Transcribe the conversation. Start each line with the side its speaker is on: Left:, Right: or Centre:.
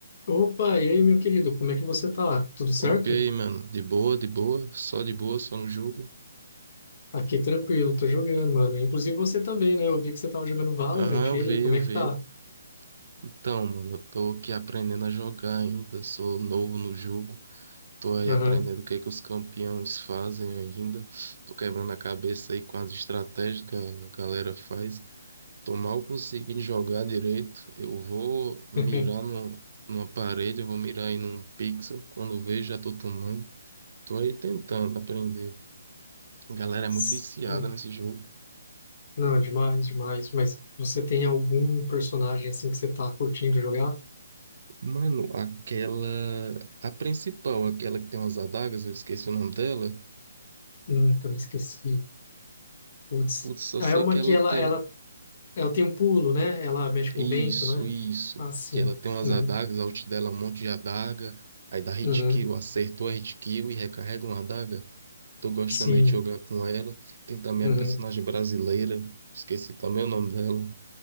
Left: Opa, e aí, meu querido, como é que você tá? Tudo certo?
Right: Opa, e aí, mano? De boa, de boa, só de boa, só no jogo.
Left: Aqui tranquilo, tô jogando, mano. Inclusive você também, né? Eu vi que você tava jogando Valorant.
Right: Aham, eu
Left: E aí,
Right: vi,
Left: como
Right: eu
Left: é
Right: vi.
Left: que tá?
Right: Então, mano, eu tô aqui aprendendo a jogar ainda, sou novo no jogo. Tô aí
Left: Aham.
Right: aprendendo o que é que os campeões fazem ainda. Tô quebrando a cabeça aí com as estratégias que a galera faz. Tô mal conseguindo jogar direito. Eu vou mirar
Left: <laughs>
Right: no, numa parede, eu vou mirar aí num pixel. Quando eu vejo, já tô tomando. Tô aí tentando aprender. A galera é
Left: Sim.
Right: muito viciada nesse jogo.
Left: Não, demais, demais. Mas você tem algum personagem assim que você tá curtindo jogar?
Right: Mano, aquela. A principal, aquela que tem umas adagas, eu esqueci o nome dela.
Left: Hum, eu me esqueci. Putz.
Right: Putz, só
Left: Ah,
Right: sei
Left: é uma
Right: que ela
Left: que ela,
Right: tem.
Left: ela, ela tem um pulo, né? Ela mexe com
Right: Isso,
Left: o vento, não é?
Right: isso.
Left: Ah, sim.
Right: Que ela tem umas
Left: Uhum.
Right: adagas, a ult dela é um monte de adaga. Aí dá hit
Left: Uhum.
Right: kill, acertou a hit kill e recarrega uma adaga. Tô gostando
Left: Sim.
Right: aí de jogar com ela. Tem também
Left: Uhum.
Right: a personagem brasileira, esqueci também o nome dela.